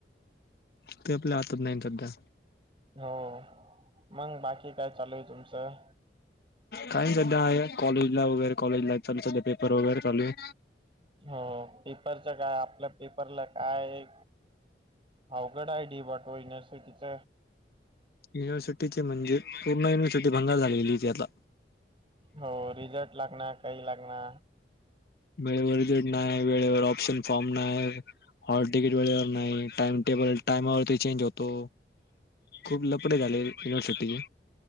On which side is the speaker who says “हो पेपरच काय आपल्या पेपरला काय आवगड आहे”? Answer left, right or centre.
Right